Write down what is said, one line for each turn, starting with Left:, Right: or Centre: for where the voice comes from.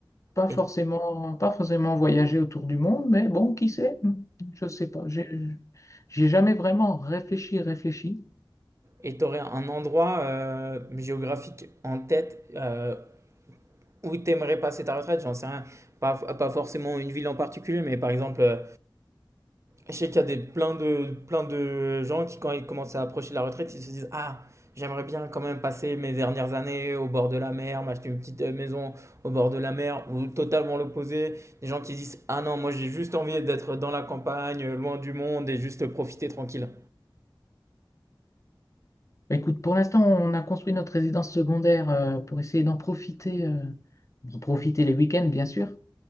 Left: Pas
Right: Et
Left: forcément, pas forcément voyager autour du monde, mais bon, qui sait? hein. Je ne sais pas. J'ai j'ai jamais vraiment réfléchi, réfléchi.
Right: et tu aurais un endroit euh, géographique en tête euh, où tu aimerais passer ta retraite, j'en sais rien. Pas, pas forcément une ville en particulier, mais par exemple, euh, Je sais qu'il y a des, plein de, plein de gens qui, quand ils commencent à approcher la retraite, ils se disent Ah, j'aimerais bien quand même passer mes dernières années au bord de la mer, m'acheter une petite euh, maison au bord de la mer, ou totalement l'opposé. Des gens qui disent Ah non, moi j'ai juste envie d'être dans la campagne, euh, loin du monde et juste profiter tranquille.
Left: Bah, Écoute, pour l'instant, on a construit notre résidence secondaire euh, pour essayer d'en profiter, euh, d'en profiter les week-ends, bien sûr.